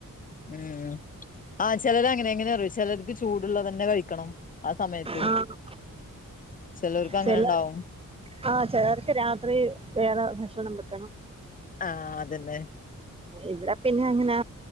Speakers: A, on the left; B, on the right.
A: ഉം ആഹ് ചെലരങ്ങനെ എങ്ങനെറിയോ ചിലർക്ക് ചൂടുള്ളതന്നെ കഴിക്കണം ആ സമയത്ത്
B: ആഹ്
A: ചിലർക്ക് അങ്ങനെണ്ടാവും.
B: ചെലർ ആഹ് ചെലർക്ക് രാത്രി വേറെ ഭക്ഷണം വെക്കണം.
A: ആ അതന്നെ
B: ഇവിടെ പിന്നെ അങ്ങനെ